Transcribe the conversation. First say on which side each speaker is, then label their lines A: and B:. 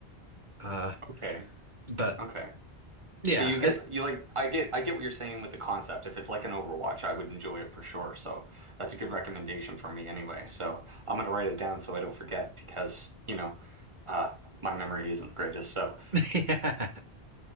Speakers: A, on the right; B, on the right.
A: Uh,
B: Okay.
A: but
B: Okay.
A: yeah,
B: But you get
A: I-
B: you like I get I get what you're saying with the concept. If it's like an Overwatch, I would enjoy it for sure. So that's a good recommendation for me anyway. So I'm gonna write it down so I don't forget because, you know, uh my memory isn't the greatest. So
A: <laughs> yeah,